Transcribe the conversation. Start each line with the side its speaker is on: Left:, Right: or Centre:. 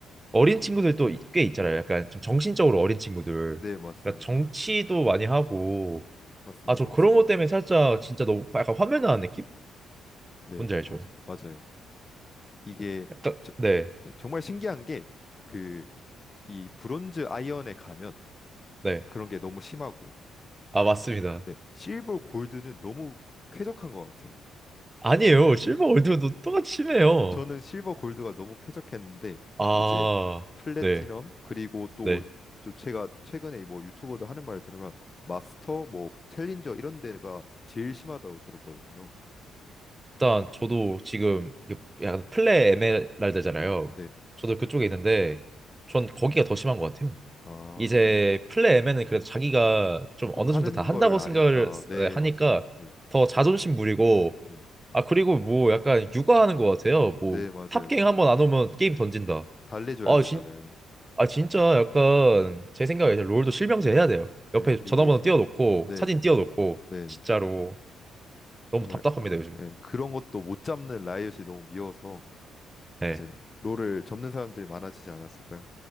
Right: 어린 친구들 또 꽤 있잖아요. 약간 좀 정신적으로 어린 친구들.
Left: 네, 맞습니다.
Right: 그러니까 정치도 많이 하고
Left: 맞습니다.
Right: 아 저
Left: 맞습니다.
Right: 그런 것 때문에 살짝 진짜 너무 약간 화면 나는 느낌?
Left: 네,
Right: 뭔지 알죠?
Left: 맞아. 맞아요. 이게
Right: 약간
Left: 저-
Right: 네
Left: 네, 정말 신기한 게 그 이 브론즈 아이언에 가면
Right: 네.
Left: 그런 게 너무 심하고
Right: 아 맞습니다.
Left: 네, 실버 골드는 너무 쾌적한 것 같아요.
Right: 아니에요. 실버 월드도 똑같이 심해요.
Left: 저는 실버 골드가 너무 쾌적했는데
Right: 아,
Left: 이제 플래티넘
Right: 네,
Left: 그리고 또
Right: 네.
Left: 좀 제가 최근에 뭐 유튜버들 하는 말을 들으면 마스터 뭐 챌린저 이런 데가 제일 심하다고 들었거든요.
Right: 일단 저도 지금 요- 약간 플레 에메랄드잖아요.
Left: 네네.
Right: 저도 그쪽에 있는데 전 거기가 더 심한 것 같아요.
Left: 아,
Right: 이제 플레 에메는 그래도 자기가 좀
Left: 좀
Right: 어느
Left: 하는
Right: 정도 다 한다고
Left: 거를 아니까
Right: 생각을
Left: 네,
Right: 네, 하니까
Left: 맞아요. 네.
Right: 더 자존심 부리고
Left: 네.
Right: 아 그리고 뭐 약간 육아하는 것 같아요. 뭐
Left: 네, 맞아요.
Right: 탑갱
Left: 다-
Right: 한번 안 오면 게임
Left: 네.
Right: 던진다.
Left: 달래줘야
Right: 아
Left: 되잖아요.
Right: 아 진짜 약간 제 생각에 이제 롤도 실명제 해야 돼요.
Left: 네,
Right: 옆에 전화번호
Left: 이게
Right: 띄워놓고
Left: 네네.
Right: 사진 띄워놓고
Left: 네네.
Right: 진짜로 너무
Left: 정말
Right: 답답합니다 요즘.
Left: 네, 그런 것도 못 잡는 라이엇이 너무 미워서
Right: 네.
Left: 이제 롤을 접는 사람들이 많아지지 않았을까요?